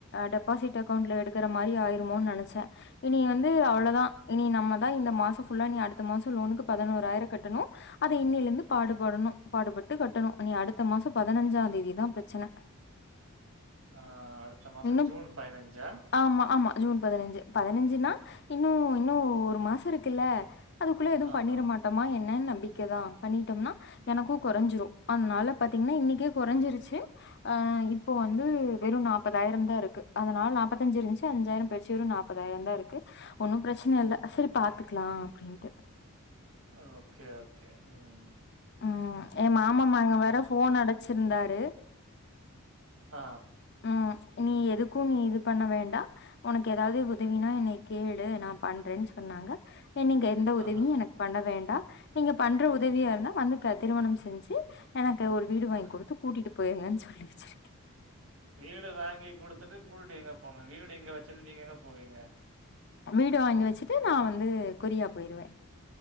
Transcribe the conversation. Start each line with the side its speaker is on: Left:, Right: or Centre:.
Left: டெபாசிட் அக்கௌண்ட்ல எடுக்குற மாரி ஆயிருமோனு நினைச் ச்ச இனி வந்து அவ்வளவுதான் இனி நம்ம தான் இந்த மாசம் ஃபுல்லா நீ அடுத் அடுத்த மாசம் லோனுக்கு பதினோறாயிரம் கட்டணும் அத இன்னில இருந்து பாடுபடனும் பாடுபட்டு கட்டணும் இனி அடுத்த மாசம் மாசம் பதினஞ்சா தேதிதான் பிரச்சன
Right: ஆஹ் அடுத்த மாசம்
Left: இன்னு
Right: ஜூன் பதினஞ்சா
Left: ஆமா ஆமா ஜூன் பதினஞ்சு பதினஞ்சுன்னா இன்னும் இன்னும் ஒரு மாசம் இருக்குல்ல அதுக்குள்ள எதுவும்
Right: ஆமாமா.
Left: பண்ணிட மாட்டோமா என்னன் நம்பிக்கைதான் பண்ணிட்டோம்னா
Right: ம்.
Left: எனக்கும் குறஞ்சிரும் அதனால பாத்தீங்கன்னா இன்னைக்கே குறைஞ்சிருச்சு ஆஹ் இப்போ வந்து வெறும் நாப்பதாயிரம் தான் இருக்கு அதனால நாப்பத்தஞ்சு இருந்துச்சு அஞ்சாயிரம் பேய்ச்சு நாப்பதாயிரம் தான் இருக்கு ஒன்னும் பிரச்சனை இல்ல சரி பாத்துக்கலாம் ஆஹ் அப்டியா
Right: ஓ ஓகே ஓகே உம்
Left: ம் என் மாமாமாங்க வேற ஃபோன் அடிச்சிருந்தாரு
Right: ஆ,
Left: ம். நீ எதுக்கும் நீ இது பண்ண வேண்டாம் உனக்கு ஏதாவது உதவினா என்னைய கேளு நா பண்றேன்னு சொன்னா நாங்க என் நீங்க எந்த உதவியும்
Right: ஆ, ஆ,
Left: எனக்கு பண்ண வேண்டாம் நீங்க பண்ற உதவியா இருந்தா வந்து திருமணம் செஞ்சு எனக் க்கு ஒரு வீடு வாங்கி
Right: ஆ.
Left: குடுத்து கூட்டிட்டு போயிருங்கன்னு சொல்லி வச்சிருக்கேன்
Right: வீடு வாங்கி குடுத்துட்டு கூட்டி எங்க போனும் வீடு இங்க வச்சுட்டு நீங்க எங்க போவீங்க
Left: வீடு வாங்கி வச்சுட்டு நா வந்து கொரியா போயிருவேன்